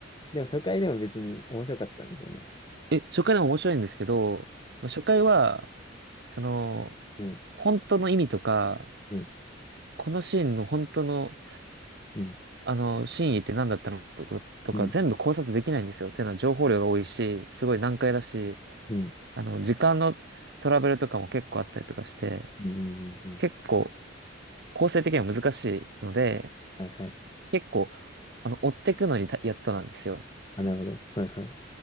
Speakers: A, on the left; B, on the right.
A: でも初回でも別に面白かったんですよね。
B: え、初回でも面白いんですけど、初回は、その、
A: うん
B: 本当の意味とか、
A: うん、
B: このシーンの本当の
A: うん、
B: あの、真意って何だったのとか、とか全部考察できないんですよ。
A: うん、
B: っていうのは情報量が多いし、すごい難解だし、
A: うん、
B: あの、時間のトラブルとかも結構あったりとかして、
A: うん、うん、うん。
B: 結構構成的には難しいので、
A: はいはい。
B: 結構、あの、追ってくのにたやっとなんですよ。
A: あ、なるほど。はいはい。